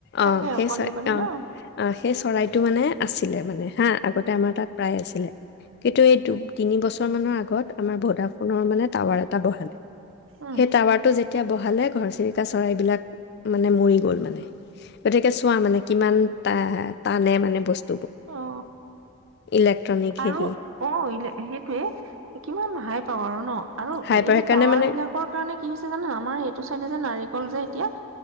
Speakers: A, on the left; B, on the right.
A: অঁ
B: থাকে
A: সেই
B: অকণী
A: চৰাই
B: অকণী
A: অঁ
B: ন
A: অঁ সেই চৰাইটো মানে আছিলে মানে হা আগতে আমাৰ তাত প্ৰায় আছিলে কিন্তু এই
B: উম
A: তিনি বছৰমানৰ আ আগত আমাৰ ভডা ফোনৰ মানে টাৱাৰ এটা বহালে
B: উম
A: সেই টাৱাৰটো যেতিয়া এতিয়া বহালে ঘৰচিৰিকা চৰাইবলাক মানে মৰি গ'ল মানে গতিকে চোৱা মানে কিমান টানে মানে বস্তু
B: অ
A: ইলেক্ট্ৰনিক
B: আৰু
A: হেৰি
B: অ সেইটোৱে কিমান হাই পাৱ আৰু ন আৰু
A: হাইপাৰ
B: এই যে
A: সেইকাৰণে
B: টাৱাৰ
A: মানে
B: বিলাকৰ কাৰণে কি হৈছে জানো আমাৰ এইটো চাইডে যে নাৰিকল যে এতিয়া